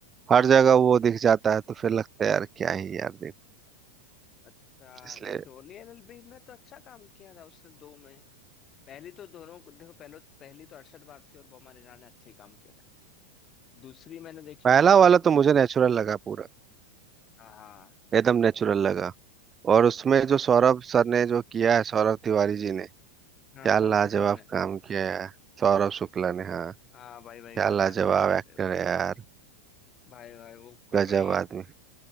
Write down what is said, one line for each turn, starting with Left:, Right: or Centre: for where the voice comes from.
Right: हर जगह वो दिख जाता है तो फिर लगता है यार क्या ही यार देख
Left: अच्छा
Right: इसलिए
Left: नहीं जोली एलएलबी में तो अच्छा काम किया था उसने दो में पहली तो दोनों को- देखो पहले पहली तो अरशद वारसी और बोमन ईरानी ने अच्छे ही काम किया था दूसरी मैंने देखी
Right: पहला
Left: थी इन लोगों
Right: वाला
Left: की
Right: तो मुझे नेचुरल लगा पूरा
Left: हाँ
Right: एकदम नेचुरल लगा और उसमें जो सौरभ सर ने जो किया है सौरभ तिवारी जी ने क्या
Left: हाँ सौरभ
Right: लाजवाब
Left: शुक्ला ने
Right: काम किया है सौरभ शुक्ला ने हाँ
Left: हाँ भाई
Right: क्या
Left: भाई कर रहा
Right: लाजवाब
Left: काम करते
Right: एक्टर
Left: हो
Right: है यार
Left: भाई भाई वो कर
Right: गजब
Left: रही है
Right: आदमी